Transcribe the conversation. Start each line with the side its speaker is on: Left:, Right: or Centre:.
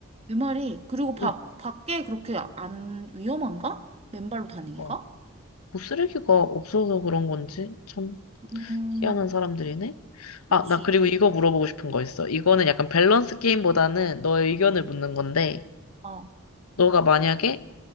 Right: 내 말이 그리고 밖
Left: 음,
Right: 밖에 그렇게 안 위험한가? 맨발로 다니기가?
Left: 어. 뭐 쓰레기가 없어서 그런 건지 참
Right: 음,
Left: 희한한 사람들이네.
Right: 그치.
Left: 아, 나 그리고 이거 물어보고 싶은 거 있어. 이거는 약간 밸런스 게임보다는 너의 의견을 묻는 건데,
Right: 어,
Left: 너가 만약에